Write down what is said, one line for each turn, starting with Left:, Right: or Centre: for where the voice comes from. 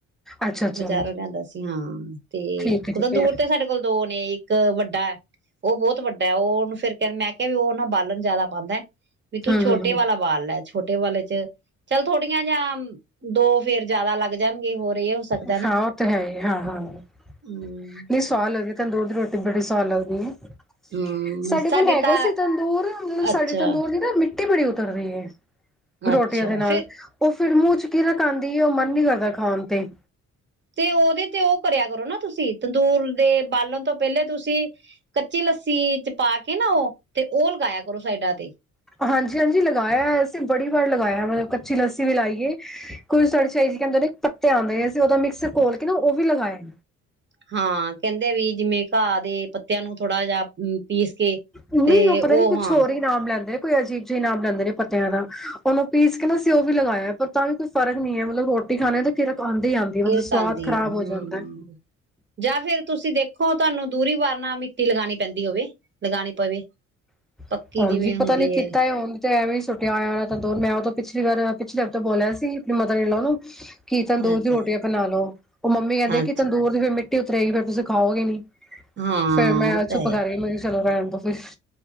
Centre: ਅੱਛਾ ਅੱਛਾ
Right: ਬਜ਼ਾਰੋਂ ਲਿਆਂਦਾ ਸੀ ਹਾਂ ਤੇ
Centre: ਠੀਕ ਹੈ
Right: ਕੁਦੋਂ
Centre: ਠੀਕ
Right: ਦੂਰ
Centre: ਹੈ
Right: ਤੇ ਸਾਡੇ ਕੋਲ ਦੋ ਨੇ ਇੱਕ ਵੱਡਾ ਵੱਡਾ ਉਹ ਬਹੁਤ ਵੱਡਾ ਉਹਨੂੰ ਫਿਰ ਕਹਿੰ ਮੈਂ ਕਿਹਾ ਵੀ ਉਹ ਨਾ ਬਾਲਣ ਜਿਆਦਾ ਪਾਉਂਦਾ ਵੀ ਤੂੰ
Centre: ਹਮ
Right: ਛੋਟੇ
Centre: ਹਮ ਹਮ
Right: ਵਾਲਾ ਬਾਲ ਲੈ ਛੋਟੇ ਵਾਲੇ ਚ ਚੱਲ ਥੋੜੀਆਂ ਜਾ ਦੋ ਫੇਰ ਜਿਆਦਾ ਲੱਗ ਜਾਣਗੇ ਹੋਰ
Centre: <unintelligible>
Right: ਇਹ ਹੋ ਸਕਦਾ ਨਾ
Centre: ਹਾਂ ਉਹ ਤੇ ਹੈ ਹੀ ਹਾਂ ਹਾਂ ਨਹੀਂ
Right: ਹਮ
Centre: ਸਵਾਦ ਲੱਗਦੀ ਤੈਨੂੰ ਦੋੱਧ ਰੋਟੀ <unintelligible> ਤੇ ਬੜੀ ਸਦ ਲੱਗਦੀ ਆ <unintelligible>
Right: ਹਮ
Centre: ਸਾਡੇ
Right: ਸਾਡੀ
Centre: ਕੋਲ ਹੈਗਾ
Right: ਤਾਂ
Centre: ਸੀ ਤੰਦੂਰ ਮਤਲਬ
Right: ਅੱਛਾ
Centre: ਸਾਡੇ ਤੰਦੂਰ ਦੀ ਨਾ ਮਿੱ <unintelligible> ਮਿੱਟੀ ਬੜੀ ਉਤਰ ਰਹੀ ਹੈ <unintelligible> ਰੋਟੀਆਂ
Right: ਅੱਛਾ
Centre: ਦੇ ਨਾਲ
Right: ਫੇਰ
Centre: ਉਹ <unintelligible> ਫਿਰ ਮੂੰਹ ਚ ਕਿਰ ਖ ਆਂਦੀ ਹੈ ਉਹ ਮਨ ਨੀ ਕਰਦਾ ਖਾਣ ਤੇ
Right: <unintelligible> ਤੇ ਉਹਦੇ ਤੇ ਉਹ ਕਰਿਆ ਕਰੋ ਨਾ ਤੁਸੀਂ <unintelligible> ਦੂਰ ਦੇ ਬਾਲਣ ਤੋਂ ਪਹਿਲੇ ਤੁਸੀਂ ਕੱਚੀ ਲੱਸੀ ਚ ਪਾ ਕੇ ਨਾ ਉਹ ਤੇ ਉਹ ਲਗਾਇਆ ਕਰੋ ਸਾਈਡਾਂ ਤੇ
Centre: <unintelligible> ਹਾਂਜੀ ਹਾਂਜੀ ਲਗਾਇਆ ਅਸੀਂ ਬੜੀ ਵਾਰ ਲਗਾਇਆ ਮਤਲਬ ਕੱਚੀ ਲੱਸੀ ਵੀ ਲਾਈਏ ਕੁਝ ਸਾਾਈ ਜ ਕਹਿੰਦੇ ਇੱਕ ਪੱਤੇ ਆਉਂਦੇ ਅਸੀਂ ਉਹਦਾ ਮਿਕਸਰ ਖੋਲ ਕੇ ਨਾ ਉਹ ਵੀ ਲਗਾਏ
Right: <unintelligible> ਹਾਂ ਕਹਿੰਦੇ ਵੀ ਜਿਵੇਂ ਘਾਹ ਦੇ ਪੱਤੇ <unintelligible> ਤਿਆਂ ਨੂੰ ਥੋੜਾ ਜਿਹਾ ਪੀਸ ਕੇ
Centre: ਨਹੀਂ
Right: ਤੇ
Centre: ਪਤਾ
Right: ਉਹ
Centre: ਨੀ ਕੁਛ
Right: ਹਾਂ
Centre: ਹੋਰ ਹੀ <unintelligible> ਕੋਈ ਅਜੀਬ ਜਿਹੀਪ ਲੈਂਦੇ ਨੇ ਪੱਤਿਆਂ ਦਾ ਉਹਨੂੰ ਪੀਸ ਕੇ ਨਾ ਸਿਓ ਵੀ ਲਗਾਇਆ ਪਰ ਤਾਂ ਵੀ ਕੋਈ ਫਰਕ ਨੀ ਹੈ ਮਤਲਬ ਰੋਟੀ ਖਾਣੇ ਦਾ ਕਿਰਕ
Right: <unintelligible>
Centre: ਆਉਂਦੀ ਹੀ ਆਉਂਦੀ ਹੈ,
Right: ਕਿਰਕਦੀ
Centre: ਮਤਲਬ ਸਵਾਦ ਖ਼ਰਾਬ
Right: ਹੈ ਹਮ
Centre: ਹੋ ਜਾਂਦਾ ਹੈ
Right: ਜਾਂ ਫਿਰ ਤੁਸੀਂ ਦੇਖੋ <unintelligible> ਤੁਹਾਨੂੰ ਦੂਰੀ ਵਾਰ ਨਾਲ ਮਿੱਟੀ ਲਗਾਉਣੀ ਪੈਂਦੀ ਹੋਵੇ <unintelligible> ਲਗਾਉਣੀ ਪਵੇ
Centre: <unintelligible>
Right: ਪੱਕੀ
Centre: ਹਾਂਜੀ
Right: ਜਿਵੇਂ ਹੁੰਦੀ
Centre: ਪਤਾ ਨੀ ਕਿੱ
Right: ਹੈ
Centre: ਕੀਤਾ ਉਹ ਤੇ ਐਵੇਂ ਸੁੱਟਿਆ ਹੋਇਆ ਤਾਂ ਦੋ ਮੈਂ ਉਹ ਤੋਂ ਪਿਛਲੀ ਵਾਰ ਪਿਛਲੇ ਹਫ਼ ਤੋਂ ਬੋਲਿਆ ਸੀ <inaudible> <unintelligible> ਕਿ ਤੰਦੂਰ
Right: ਅੱਛਾ
Centre: ਦੀ ਰੋਟੀਆਂ ਬਣਾ ਲੋ ਉਹ ਮੰਮੀ ਕਹਿੰਦੇ
Right: ਅੱਛਾ
Centre: ਕਿ ਤੰਦੂਰ ਦੀ ਫਿਰ ਮਿੱਟੀ <unintelligible> ਰਟੀ ਉਤਰੇਗੀ ਫਿਰ ਤੁਸੀਂ ਖਾਉਗੇ <unintelligible>
Right: ਹਾਂ
Centre: ਫੇਿਰ ਮੈਂ
Right: ਉਹ ਤਾਂ
Centre: ਚੁੱਪ
Right: ਹੈ
Centre: ਕਰ ਰਹੀ ਮੈਨੂੰ ਚਲੋ <unintelligible> ਰਹਿਣ ਦੋ ਫਿਰ